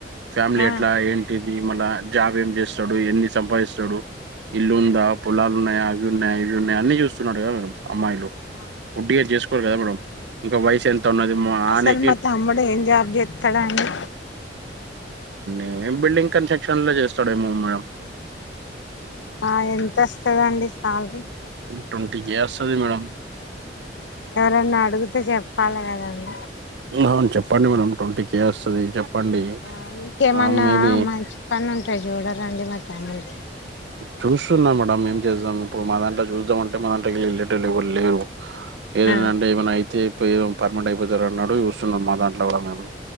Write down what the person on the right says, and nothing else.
ఫ్యామిలీ
ఎట్లా ఏంటి మళ్ళ జాబ్ ఏం చేస్తాడు ఎన్ని సంపాదిస్తాడు ఇల్లు ఉందా పొలాలు ఉన్నాయా ఇవి ఉన్నాయి ఇవి ఉన్నాయి అన్ని చూస్తున్నారు కదా అమ్మాయిలు
ఒడ్డిగా చేసు కోరు కదా మేడం ఇంకా వయసు ఎంత ఉన్నది
అని
ఏ బిల్డింగ్ కన్స్ట్రక్షన్ లో చేస్తాడేమో మేడం
ట్వంటి కే వస్తది మేడం
అవును చెప్పండి మేడం ట్వంటీ కే వస్తది చెప్పండి
ఆ మేబి
చూస్తున్నా మేడంఏం చేద్దాం ఇప్పుడు మా దంట్లా చూద్దాం అంటే మా దంటాకెళ్ళి ఎల్లేటోళ్ళు ఎవరు లేరు ఏదన్నా
అంటే ఏమైనా అయితే ఏ పర్మినెంట్ అయిపోతార అన్నాడు చూస్తున్నా మా దాంట్లో కూడా మేడం